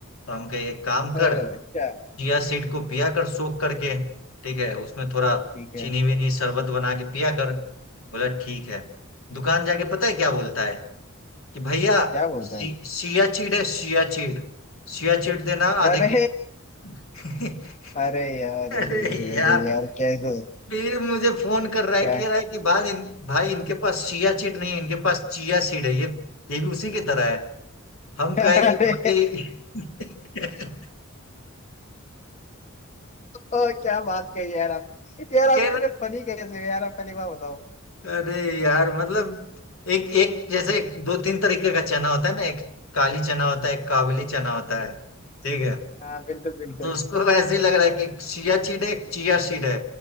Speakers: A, on the left; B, on the left.
A: तो हम कहे एक काम कर
B: हाँ, अच्छा
A: चिया सीड को पिया कर सोख करके ठीक है उसमें थोड़ा
B: ठीक है
A: चीनी वीनी शरबत बना के पिया कर बोला ठीक है दुकान जाके पता है क्या बोलता है कि भैया
B: क्या बोलता
A: सी,
B: है
A: सियाचीन है सियाचीन सियाचीन देना आधे
B: अरे
A: किलो <laughs>
B: अरे यार
A: अरे
B: अरे अरे
A: यार
B: अरे यार कैसे
A: फिर मुझे फोन कर रहा है
B: क्या
A: कह रहा है कि भाई इन, भाई इनके पास सियाचीन नहीं है इनके पास चिया सीड है ये ये भी उसी की तरह है हम
B: अरे
A: कहे कि भाई <laughs>
B: ओ, क्या बात कही यार आप यार
A: कह
B: आप इतने
A: रहा
B: फनी कैसे हो यार आप पहली बार बताओ
A: अरे यार मतलब एक एक जैसे एक- दो तीन तरीके का चना होता है ना एक काली चना होता है एक काबली चना होता है ठीक है
B: हाँ बिल्कुल बिल्कुल
A: तो उसको तो ऐसे ही लग रहा है कि चिया सीड है चिया सीड है